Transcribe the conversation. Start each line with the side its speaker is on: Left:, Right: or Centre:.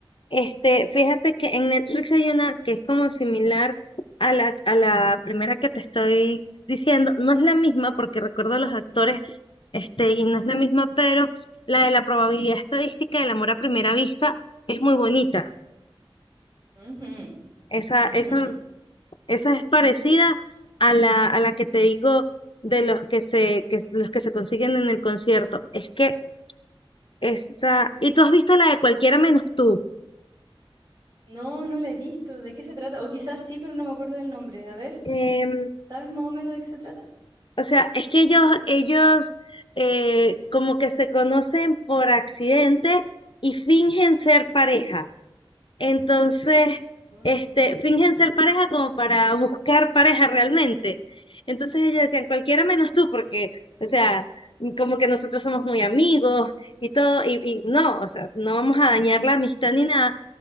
Left: Este, fíjate que en Netflix hay una que es como similar a la, a la primera que te estoy diciendo. No es la misma porque recuerdo a los actores, este, y no es la misma, pero la de la probabilidad estadística del amor a primera vista es muy bonita.
Right: Ujú,
Left: Esa,
Right: ujú.
Left: esa, esa es parecida a la, a la que te digo de los que se, que, los que se consiguen en el concierto. Es que Esa, y tú has visto la de cualquiera menos tú.
Right: No, no la he visto. ¿De qué se trata? O quizás sí, pero no me acuerdo del nombre. A ver.
Left: Em,
Right: ¿Sabes más o menos de qué se trata?
Left: o sea, es que ellos, ellos eh, como que se conocen por accidente y fingen ser pareja. Entonces,
Right: Mm,
Left: este, fingen ser pareja como para buscar pareja realmente. Entonces ellos decían, cualquiera menos tú, porque, o sea, como que nosotros somos muy amigos y todo, y, y no, o sea, no vamos a dañar la amistad ni nada,